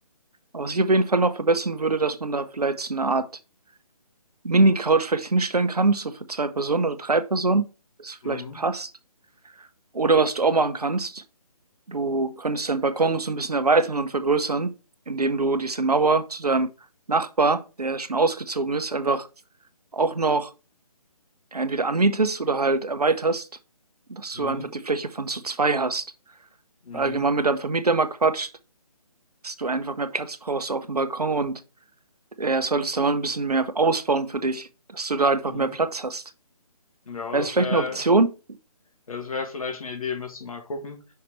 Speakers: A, on the right; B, on the left.
A: Aber was ich auf jeden Fall noch verbessern würde, dass man da vielleicht so eine Art Mini-Couch vielleicht hinstellen kann, so für zwei Personen oder drei Personen, das vielleicht
B: Mhm.
A: passt. Oder was du auch machen kannst, du könntest deinen Balkon so ein bisschen erweitern und vergrößern, indem du diese Mauer zu deinem Nachbar, der schon ausgezogen ist, einfach auch noch ja, entweder anmietest oder halt erweiterst, dass
B: Mhm.
A: du einfach die Fläche von zu zwei hast.
B: Mhm.
A: Allgemein mit deinem Vermieter mal quatscht, dass du einfach mehr Platz brauchst auf dem Balkon und er solltest da mal ein bisschen mehr ausbauen für dich, dass du da einfach
B: Mhm.
A: mehr Platz hast.
B: Ja,
A: Wäre
B: das
A: das vielleicht
B: wäre
A: eine Option?
B: Ja, Das wäre vielleicht eine Idee, müsste mal gucken.